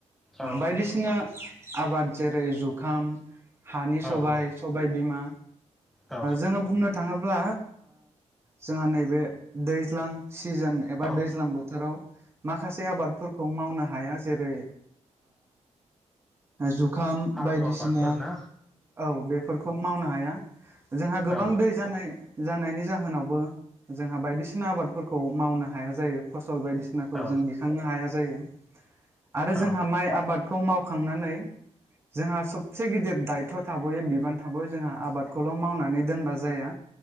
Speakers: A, in the centre; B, on the right.
A: औ
B: बायदिसिना आबाद जेरै जुखाम हानि सबाय
A: औ
B: सबाय बिमा
A: औ
B: जोङो बुंनो थाङोब्ला जोंहा नैबे दैज्लां सिजोन एबा
A: औ
B: दैज्लां बोथोराव माखासे आबादफोरखौ मावनो हाया जेरै जुखाम
A: आलु
B: बायदिसिना
A: आबादफोर ना
B: औ बेफोरखौ मावनो हाया। जोंहा गोबां
A: औ
B: दै जानाय जानायनि जाहोनावबो जोंहा बायदिसिना आबादफोरखौ मावनो हाया जायो फसल बायदिसि नाखौ
A: औ
B: जों दिखांनो हाया जायो। आरो जोंहा
A: औ
B: माइ आबादखौ मावखांनानै जोंहा सब से गिदिर दायथ' थाबोयो बिबान थाबोयो जोंहा आबादखौल' मावनानै दोनबा जाया